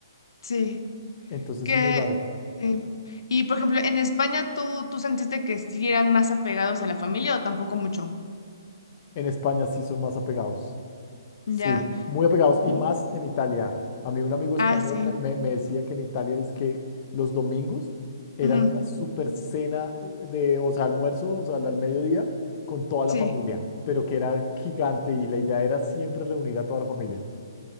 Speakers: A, on the left (about 80°); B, on the left (about 35°).
A: sí.
B: Entonces
A: Que,
B: es muy raro.
A: sí. Y por ejemplo, en España, ¿tú, tú sentiste que sí eran más apegados a la familia o tampoco mucho?
B: En España sí son más apegados.
A: Ya.
B: Sí, muy apegados y
A: Mm,
B: más en Italia. A mí un amigo español
A: Ah, sí.
B: me, me- me decía que en Italia es que los domingos eran
A: ujú.
B: una super cena de, o sea, almuerzo, o sea, al al mediodía con toda la
A: Sí.
B: familia, pero que era gigante y la idea era siempre reunir a toda la familia.